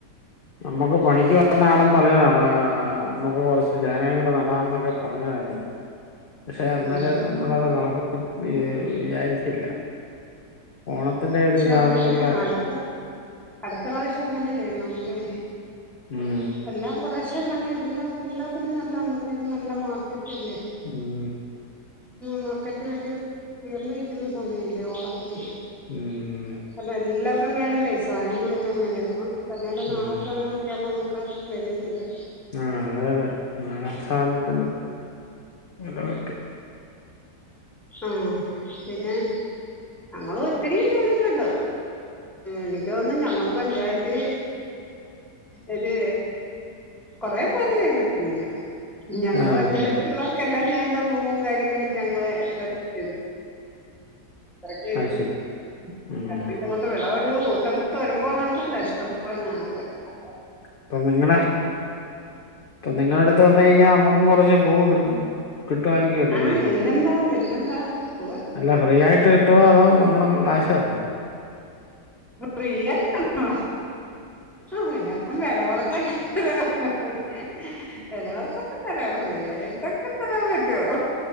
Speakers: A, on the left; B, in the centre.
A: നമ്മുക്ക് പണിക്ക് പറയ്ണ ആളും പറയാ നമക്ക് കൊറച്ച് ചേനയം കൂടെ നടാന്നൊക്കെ പറഞ്ഞതായിരുന്നു പക്ഷെ അന്നാലെ
B: ഉം
A: നമ്മളത് കണക്കു വിചാരിച്ചില്ല ഓണത്തിന്റെ
B: പക്ഷെ
A: ഒരു ഇതാണെന്നുള്ള
B: അങ്ങനെ ചെയ്യണം അടുത്ത അടുത്ത പ്രാശ്യം അങ്ങനെ ചെയ്യണം അതെ
A: ഉം
B: എല്ലാം കുറശെ ണ്ടെങ്കി എല്ലാ എല്ല പിന്നെ നല്ല അന്നത്തേക്ക് നല്ല മാർക്കറ്റ് അല്ലേ
A: ഉം
B: മാർക്കറ്റ് വാല്യൂ ഉയർന്ന് നിൽക്കുന്ന സമയമല്ലേ ഓണത്തിന്
A: ഉം
B: കാരണം എല്ലാർക്കും വേണ്ടേ സാധനങ്ങളെല്ലാം വേണ്ടേ ഇപ്പം തന്നെല്ല നാടൻ
A: ഉം
B: സാധനമൊക്കെ ആകുമ്പോൾ നമുക്ക് വിലയും കിട്ടും
A: ആ അതെ അതെ നാടൻ സാധനത്തിന് വില കിട്ടും
B: ആ പിന്നെ ഞങ്ങളും ഒത്തിരിയും ചെയ്തിട്ടുണ്ട് എനിക്ക് തോന്നുന്നു ഞങ്ങടെ പഞ്ചായത്തി ഒരു കൊറെ പേര് ചെയ്ത്ട്ട് ഇണ്ട് ഇങ്ങെനെ ഞങ്ങടെ
A: ആ
B: പഞ്ചായത്തിലുള്ളവർക്കെല്ലാം
A: ശരി
B: ചെയ്യെണ്ട പൂവും കാര്യങ്ങളും ഞങ്ങെള് എല്ലാ <unintelligible> ചെയ്തിരുന്നു <unintelligible>
A: ആ ശരി ഉം
B: കൊണ്ട് വെളവെട്ത്തു <unintelligible> വെരുമ്പോ <unintelligible> ഇഷ്ടം പോലെ അങ്ങ് ആവു ആയിരി <unintelligible>
A: അപ്പം നിങ്ങളെ അപ്പം നിങ്ങെടെ ഇപ്പ വന്ന് കഴിഞ്ഞാ നമ്മെക്കും കൊറച്ച് പൂവ് കിട്ടും കിട്ടുമായിരിക്കും അല്ലോലെ?
B: ആഹ് പിന്നെന്താ പിന്നെന്താ പൂവൊക്കെ ഇത്ര
A: അല്ല ഫ്രീ ആയിട്ട് കിട്ടോ അതോ നമ്മെൾ കാശ് തര്ണോ?
B: ഫ്രീ ആയ്ട്ടെന്നോ ആ പിന്നെ അൽപ്പം വെല കൊർ <unintelligible> വെല കൊർച്ചൊക്കെ തരാം ഫ്രീ ആയിട്ടൊക്കെ തെരാൻ പറ്റോ